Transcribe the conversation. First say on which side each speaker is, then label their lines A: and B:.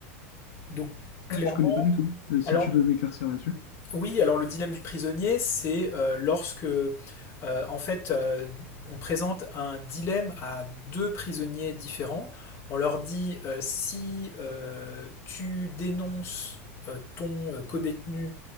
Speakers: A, on the left; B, on the left.
A: Donc clairement,
B: Ah, je connais pas du tout. Euh, si
A: alors
B: tu veux m'éclaircir là-dessus.
A: Oui, alors le dilemme du prisonnier, c'est euh, lorsque, euh, en fait, euh, on présente un dilemme à deux prisonniers différents. On leur dit euh, si euh, tu dénonces euh, ton euh, codétenu